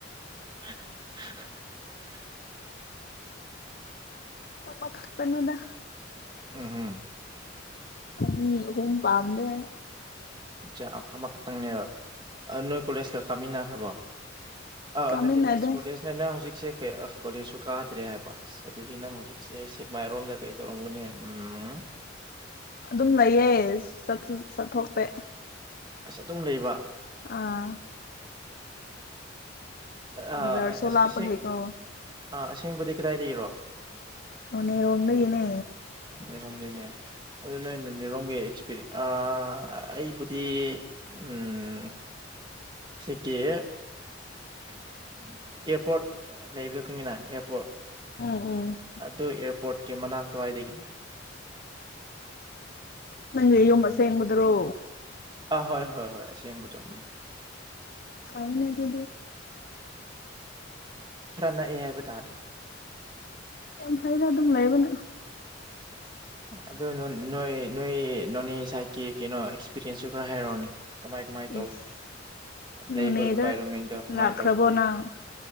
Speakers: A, on the right; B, on the left.
A: <unintelligible>
B: ꯑꯃꯈꯛꯇꯅꯤꯗ
A: ꯎꯝ
B: ꯑꯅꯤ ꯑꯍꯨꯝ ꯄꯥꯝꯗꯦ
A: ꯑꯠꯆꯥ ꯑꯃꯈꯛꯇꯪꯅꯦꯕ ꯅꯣꯏ ꯀꯣꯂꯦꯖꯀ ꯀꯥꯃꯤꯟꯅꯈ꯭ꯔꯕꯣ ꯑ
B: ꯀꯥꯃꯤꯟꯅꯗꯦ
A: ꯅꯠꯇꯦꯅꯦ ꯑꯁ ꯀꯣꯂꯦꯖꯅꯦꯅꯥ ꯍꯧꯖꯤꯛꯁꯦ ꯀꯩ ꯀꯣꯂꯦꯖꯁꯨ ꯀꯥꯗ꯭ꯔꯦ ꯍꯥꯏꯕ ꯑꯁ ꯑꯗꯨꯗꯤ ꯅꯪ ꯍꯧꯖꯤꯛꯁꯦ ꯁꯦꯛꯃꯥꯏꯔꯣꯝꯗ ꯀꯩ ꯇꯧꯔꯝꯒꯅꯤ ꯎꯝ
B: ꯑꯗꯨꯝ ꯂꯩꯌꯦ ꯆꯠꯁꯨ ꯆꯠꯊꯣꯛꯇꯦ
A: ꯑꯁ ꯑꯗꯨꯝ ꯂꯩꯕ
B: ꯑꯥ
A: ꯑꯥ
B: ꯕꯖꯥꯔꯁꯨ ꯂꯥꯞꯄꯒꯤꯀꯣ
A: ꯑꯁꯦꯡ ꯑꯁꯦꯡꯕꯗꯤ ꯀꯗꯥꯏꯗꯒꯤꯔꯣ
B: ꯅꯣꯅꯦꯔꯣꯝꯗꯉꯤꯅꯦ
A: ꯅꯦꯔꯣꯝꯗꯩꯅꯦ ꯑꯗꯨ ꯅꯣꯏ ꯅꯦꯔꯣꯝꯒꯤ ꯑꯦꯛꯁꯄꯤꯔꯤꯌꯦꯟꯁ ꯑꯥ ꯑꯩꯕꯨꯗꯤ ꯎꯝ ꯁꯤꯒꯤ ꯑꯦꯌꯔꯄꯣꯔꯠ ꯂꯩꯕꯗꯣ ꯈꯪꯉꯤꯅ ꯑꯦꯌꯔꯄꯣꯔꯠ
B: ꯎꯝ ꯎꯝ
A: ꯑꯗꯨ ꯑꯦꯌꯔꯄꯣꯔꯠꯀꯤ ꯃꯅꯥꯛ ꯑꯗꯨꯋꯥꯏꯗꯒꯤꯅꯦ
B: ꯅꯪꯒꯤ ꯌꯨꯝ ꯑꯁꯦꯡꯕꯗꯔꯣ
A: ꯑꯥ ꯍꯣꯏ ꯍꯣꯏ ꯍꯣꯏ ꯑꯁꯦꯡꯕꯗꯣ ꯎꯝ
B: ꯐꯩꯅꯦ ꯑꯗꯨꯗꯤ
A: ꯈꯔ ꯅꯛꯑꯦ ꯍꯥꯏꯕ ꯇꯥꯔꯦ
B: ꯌꯥꯝ ꯐꯩꯗ ꯑꯗꯨꯝ ꯂꯩꯕꯅ
A: ꯑꯗꯣ ꯅꯣ ꯅꯣꯏ ꯅꯣꯏ ꯅꯣꯅꯦ ꯁꯥꯏꯠꯀꯤ ꯀꯩꯅꯣ ꯄꯤꯆꯦꯟꯁꯁꯨ ꯈꯔ ꯍꯥꯏꯔꯛ ꯑꯣꯅꯦ ꯀꯃꯥꯏ ꯀꯃꯥꯏ ꯇꯧꯒꯦ
B: ꯏꯁ ꯅꯣꯅꯦꯗ
A: ꯂꯩꯕ ꯏꯟꯚꯥꯏꯔꯣꯃꯦꯟꯗꯣ ꯀꯃꯥꯏꯅ
B: ꯂꯥꯛꯈ꯭ꯔꯕꯣ
A: ꯇꯧꯒꯦ
B: ꯅꯪ